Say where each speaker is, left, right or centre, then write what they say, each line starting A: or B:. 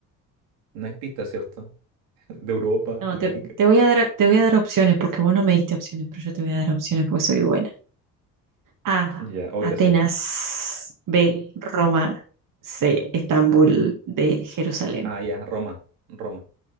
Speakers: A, on the right; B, on the right.
A: No hay pista, ¿cierto? <laughs> De Europa,
B: No,
A: América.
B: te, te voy a dar, te voy a dar opciones porque vos no me diste opciones, pero yo te voy a dar opciones porque soy buena. A,
A: Ya, oh,
B: Atenas.
A: gracias.
B: B, Roma. C, Estambul. D, Jerusalén.
A: Ah, ya, Roma. Roma.